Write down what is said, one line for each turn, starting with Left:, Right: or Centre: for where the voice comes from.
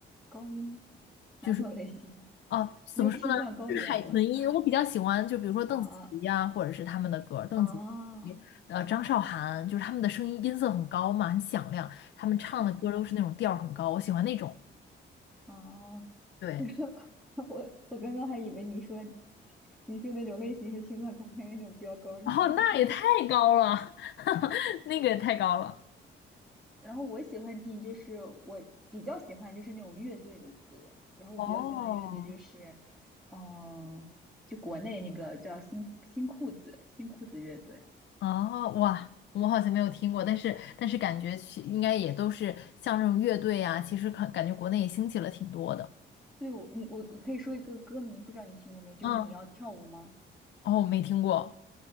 Centre: 高音？哪种类型的？
Left: 就是。哦，
Centre: 我也青藏高原了。
Left: 怎么说呢？海豚音，我比较喜欢，就比如说邓紫棋呀、
Centre: 啊啊
Left: 或者是他们的歌邓紫棋，
Centre: 啊啊！
Left: 呃，张韶涵，就是他们的声音音色很高嘛，很响亮，他们唱的歌都是那种调儿很高，
Centre: 啊！
Left: 我喜欢那种。
Centre: 哦，
Left: 对，
Centre: 是 <laughs> 我我刚刚还以为你说你说那种类型是青藏高原那种飙高音的类型，
Left: 哦，那也太高了，<laughs> 那个也太高了。
Centre: <laughs> 然后我喜欢听就是我比较喜欢就是那种乐队的歌，然后我比较喜欢乐队就是，
Left: 哦，
Centre: 嗯、就国内那个叫新新裤子新裤子乐队。
Left: 哦，哇，我好像没有听过，但是但是感觉其应该也都是像这种乐队呀、其实感感觉国内也兴起了挺多的。
Centre: 对我你我可以说一个歌名，不知道你听过没？就是你要跳舞吗？
Left: 嗯，哦，我没听过，